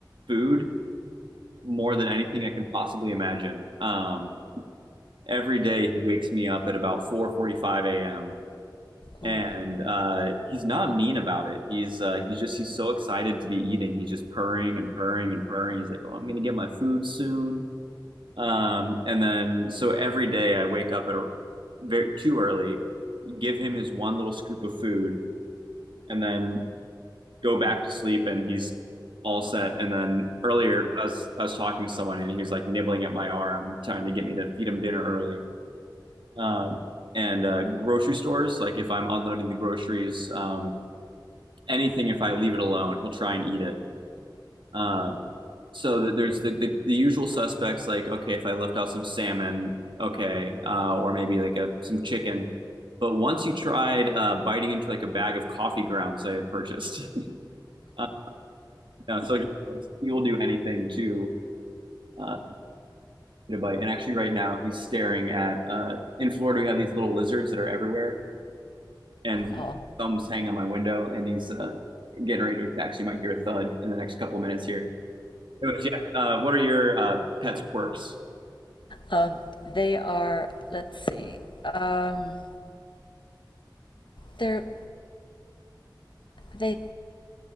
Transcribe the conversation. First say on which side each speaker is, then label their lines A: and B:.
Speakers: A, on the right (about 85°); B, on the left (about 80°).
A: food more than anything I can possibly imagine. Um, every day he wakes me up at about 4:45 a.m. and
B: Ooh.
A: uh, he's not mean about it. He's uh, he's just he's so excited to be eating. He's just purring and purring and purring. He's like, "Oh, I'm gonna get my food soon." Um, and then so every day I wake up at a very too early, give him his one little scoop of food, and then go back to sleep and he's all set. And then earlier, I was I was talking to someone and he was like nibbling at my arm, trying to get me to feed him dinner early. Um, and uh, grocery stores, like if I'm unloading the groceries, um, anything if I leave it alone, he'll try and eat it. Uh, so that there's the, the the usual suspects like okay, if I left out some salmon, okay, uh, or maybe like a some chicken. But once he tried uh, biting into like a bag of coffee grounds I had purchased. <laughs> uh, Yeah, so he, he will do anything to uh, get a bite. And actually, right now, he's staring at. Uh, in Florida, we have these little lizards that are everywhere, and
B: Oh. wow.
A: thumbs hang on my window, and he's uh, getting ready to attack. So you might hear a thud in the next couple of minutes here. Anyways, yeah. Uh, what are your uh, pet's quirks?
B: Um, they are. Let's see. Um, they're they